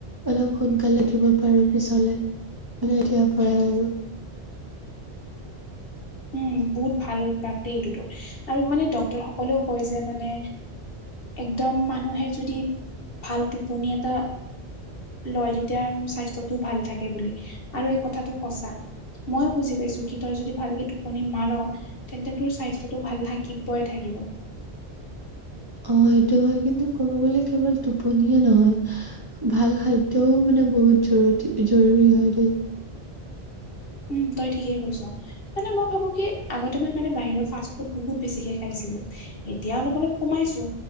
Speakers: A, on the right; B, on the left.
A: অলপ সোনকালে উঠিব পাৰো পিছলে মে এতিয়াৰ পৰাই আৰু
B: উম বহুত ভাল অভ্যাস দেই এইটোতো আৰু মানে ডক্তৰ সকলেও কয় যে মানে একদম মানুহে যদি ভাল টোপনি এটা লয় তেতিয়া স্বাস্থ্যটো ভাল থাকে বুলি আৰু এই কথাটো সঁচা ময়ো বুজি পাইছো কি তাৰ য ভালকে টো আপুনি মাৰ তেন্তে তোৰ স্বাস্থ্যটো ভাল থাকিবই থাকিব
A: অ সেইটো হয় কিন্তু ক'ব গ'লে কেৱল টোপনিয়ে নহয়। ভাল খাদ্যও মানে বহুত জৰুী জৰুৰী হয় দেই
B: উম তই ঠিকেই কৈছ। মানে মই ভাবো কি আগতে মই মানে বাহিৰৰ ফাষ্ট ফুড বহুত বেছিকে খাইছিলো। এতিয়া অলপ অলপ কমাইছো